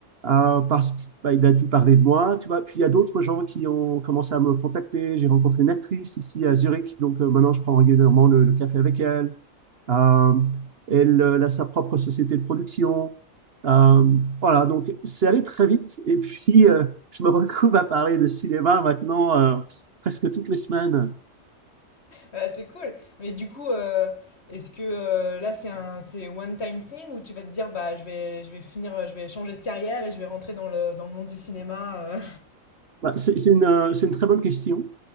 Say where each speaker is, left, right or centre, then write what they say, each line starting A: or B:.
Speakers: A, on the right; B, on the left.
A: euh, parce qu'il bah, a dû parler de moi, tu vois. Puis il y a d'autres gens qui ont commencé à me contacter. J'ai rencontré une actrice ici à Zurich, donc euh, maintenant je prends régulièrement le, le café avec elle. Euh, elle, euh, elle a sa propre société de production. Euh, voilà, donc c'est allé très vite. Et puis euh, je me retrouve à parler de cinéma maintenant euh, presque toutes les semaines.
B: Bah, c'est cool. Mais du coup, euh, est-ce que euh, là, c'est un, c'est one time thing ou tu vas te dire, bah, je vais, je vais finir, je vais changer de carrière et je vais rentrer dans le, dans le monde du cinéma. euh.
A: Bah, c'est c'est une, euh, c'est une, très bonne question.